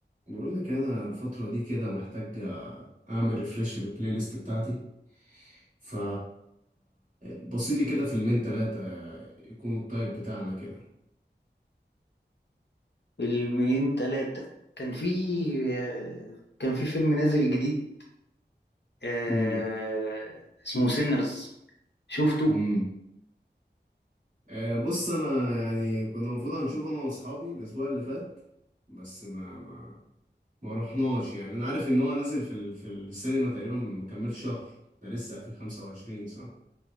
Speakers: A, on the right; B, on the left.
A: بقول لك انا الفتره دي كده محتاج آه، اعمل ريفريش للبلاي ليست بتاعتي ف بصيلي كده فيلمين تلاتة آه، يكونوا الطيب بتاعنا كده
B: فيلمين تلاتة كان في آه، كان في فيلم نازل جديد آه،
A: امم
B: اسمه سينرز شفته؟
A: امم آه، بص انا يعني كنا المفروض هنشوف انا واصحابي الاسبوع اللي فات بس ما ما ما رحناش يعني انا عارف ان هو نازل في ال... في السينما تقريبا ما كملش شهر ده لسه 2025 صح